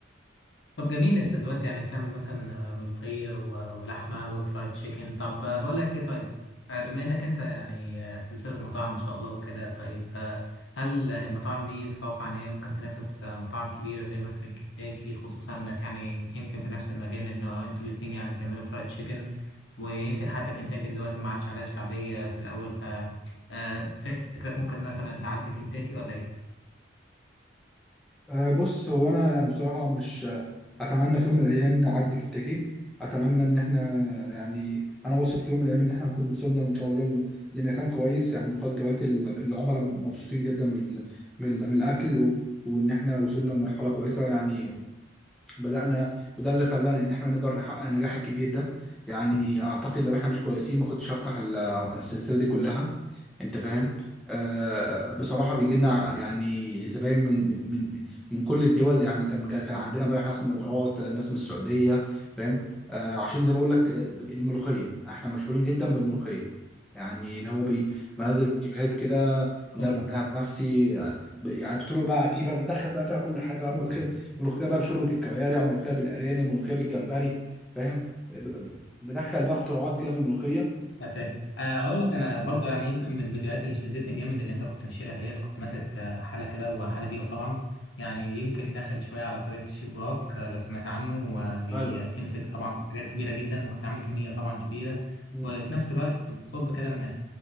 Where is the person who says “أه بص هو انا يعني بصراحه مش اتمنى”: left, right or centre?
Centre